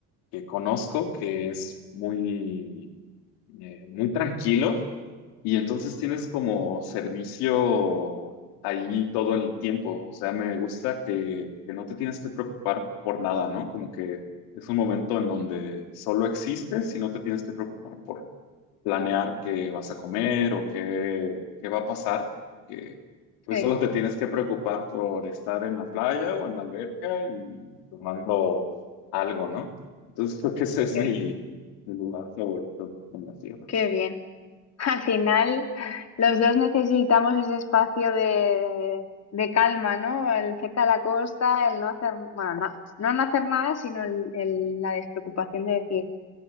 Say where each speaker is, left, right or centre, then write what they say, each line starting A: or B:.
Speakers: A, on the left; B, on the left.
A: que conozco que es muy, eh, muy tranquilo y entonces tienes como servicio ahí todo el tiempo. O sea, me gusta que, que no te tienes que preocupar por nada, ¿no? Como que es un momento en donde solo existes y no te tienes que preocupar por planear qué vas a comer o qué, qué va a pasar, que pues
B: sí,
A: solo te tienes que preocupar por estar en la playa o en la alberca y tomando algo, ¿no? Entonces creo que ese es
B: qué,
A: mi, mi lugar favorito en la tierra.
B: qué bien. <laughs> Al final, los dos necesitamos ese espacio de, de calma, ¿no? El cerca de la costa, el no hacer, bueno, no, no no hacer nada, sino el- el- la despreocupación de decir,